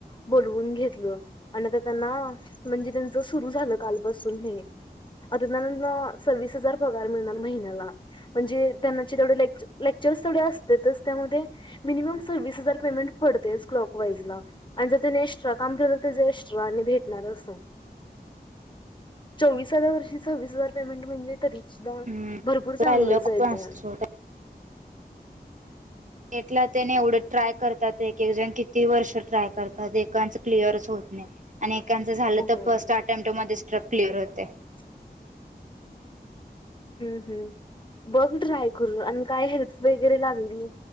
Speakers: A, on the left; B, on the right.
A: बोलवून घेतल आणी त्यांना म्हणजे त्यां सुरू झा कालपासन सुन हे आत ना सव्वीस हजार पगर मिळणार महिन्याला म्हणजे त्यांना <unintelligible> लेक लेकचरस तेवढे अस त्या मिनमम सव्विस हजार पेमेंट पडते क्लॉक वाईज ला. आणि जर त्याने एक्स्ट्रा काम केलं तर ते जे एक्स्ट्रा आणि भेटणार असं चोविसाव्या वर्षी सव्विस हजार पेमेंट म्हणजे तरी सुद्धा
B: हम्म
A: भरपूर चांगलच
B: काही लोक
A: आहे
B: पण
A: ते.
B: असतो भेटला तेने एवढं ट्राय करतात एक एक जण किती वर्ष ट्राय करतात एकाच क्लिअरच होत नाही आणि एाकांचं झालं
A: हम्म.
B: तर फर्स्ट अटेम्ट मध्ये स्ट्रक क्लिअर होते.
A: <unintelligible> हम्म हम्म बघ ट्राय करून आणि काय हेल्प वगैरे लागली